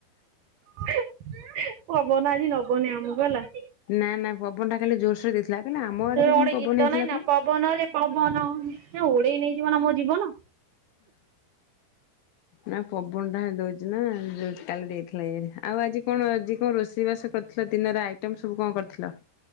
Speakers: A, on the right; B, on the left.
A: <unintelligible> ପବନ ଆଜି ନବନି ଆମକୁ ହେଲା।
B: ନା, ନା ପବନଟା କାଲି ଜୋରସେ ଦେଇଥିଲା କହିଲେ ଆମ
A: ସେ
B: ଆଡେ
A: ଗୋଟେ ଗୀତ
B: ପବନ ହେଇଥିଲା
A: ନାଇଁ ନା
B: ପରା
A: ପବନରେ ପବନ ନା ଉଡେଇ ନେଇଯିବ ନା ମୋ ଜୀବନ
B: ନା ପବନଟା ଦଉଚି ନା ଜୋରେ କାଲି ଦେଇଥିଲା ଇଆଡେ ଆଉ ଆଜି କଣ ଆଜି କଣ ରୋଷେଇବାସ କରି ଥିଲ ଦିନରେ ଆଇଟମ୍ ସବୁ କଣ କରିଥିଲ?